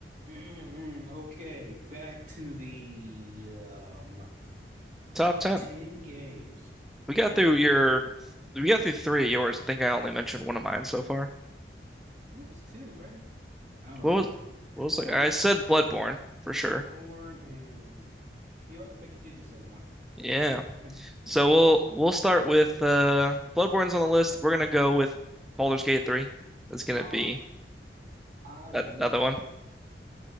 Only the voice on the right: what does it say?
Mhm. Okay, back to the um
top
10 games.
What
it was two, right? I don't remember.
Uh
Bloodborne and you know, I think you did just say one.
Okay. <laughs>
Ah,
I love